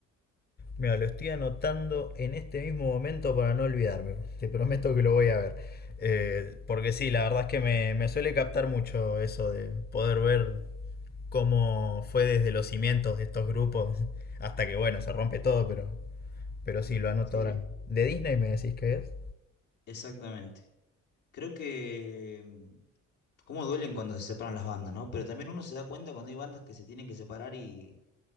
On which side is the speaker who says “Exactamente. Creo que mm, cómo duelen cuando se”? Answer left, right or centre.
Left